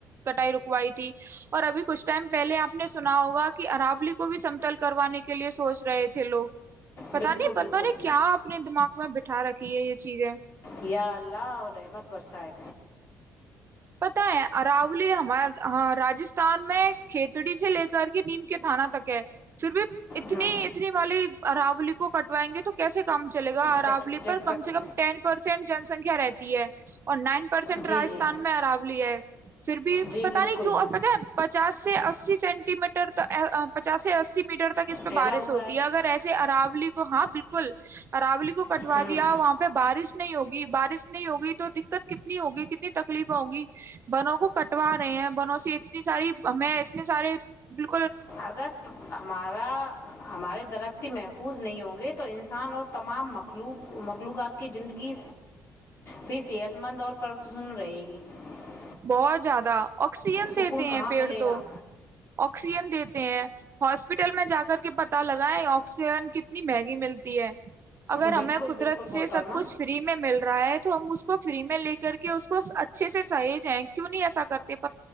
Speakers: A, on the right; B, on the left.
A: کٹائی رکوائی تھی اور ابھی کچھ ٹائم پہلے آپ نے سنا ہوگا کہ اراولی کو بھی سمتل کروانے کے لیے سوچ رہے تھے لوگ پتا
B: بالکل
A: نہیں بندوں
B: بالکل
A: نے کیا اپنے دماغ میں بیٹھا اٹھا رکھی ہے یہ چیز ہے
B: یا اللہ اور رحمت رس ہے
A: پتا ہے ارالی ہمار راستھان میں کھیتڑی سے لے کر کے نیم کے تھانہ تک ہے پھر بھی اتنی
B: ہوں
A: اتنی والی اراولی کو کٹوائیں گے تو کیسے کام چلے گا رلی
B: کٹ جب
A: پر
B: کٹ
A: کم سے کم ٹین پرسینٹ جن سنکھیا رہتی ہے اور نائن پرسینٹ
B: جی
A: رائ
B: جی
A: ان میں اراولی ہے پھر بھی
B: جی
A: پت
B: بالکل
A: نہیں کیوں اور پچ پچاس سے اسی سینٹی میٹر پچاس سے اسی میٹر ت اس پہ
B: پھیلا
A: بارش
B: ہوا
A: ہوتی ہے اگر ایسے اراولی ہاں بالکل اراولی کو کٹوا
B: ہوں
A: دیا وہاں پہ بارش نہیں ہوگی بارش نہیں ہوگئی تو دقت کتنی ہوگی کتنی اتنی تکلیف ہوںگی بنوں کو کٹوا رہے ہیں بنوں سے ایک <unintelligible> اتنی ساری میں اتنے سارے ج <inaudible>
B: اگر ہمارا <unintelligible> ہمارے درقی محفوظ نہیں ہوں گے تو انسان اور تمام مخلوق مخلوقات کی زندگی بھی صحت مند اور پرسن رہے گی <unintelligible>
A: بہت زیادہ آکسیجن
B: سکون
A: دیتے
B: کہاں
A: ہیں پیڑ
B: ملے
A: تو
B: گا
A: آکسیجن دیتے ہیں ہاسپٹل میں جا کر کے پتا ل <unintelligible> لگائے آکسیجن کتنی مہنگی ملتی ہے <unintelligible> اگر
B: بالکل
A: ہمیں قدرت
B: بالکل محترمہ
A: سے سب کچھ فری میں مل رہا ہے تو ہم اس کو فری میں لے کر کے اس کو اچھے سے سحی <unintelligible> کیوں نہیں ایسا کرتے <unintelligible>